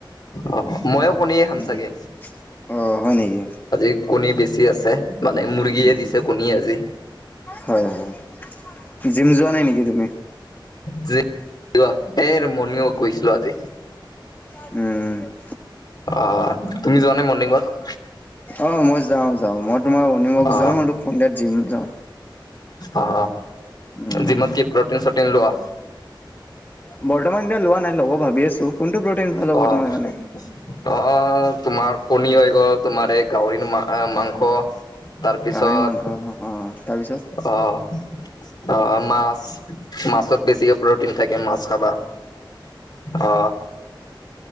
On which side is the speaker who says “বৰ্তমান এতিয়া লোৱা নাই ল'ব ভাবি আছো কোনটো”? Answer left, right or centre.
Left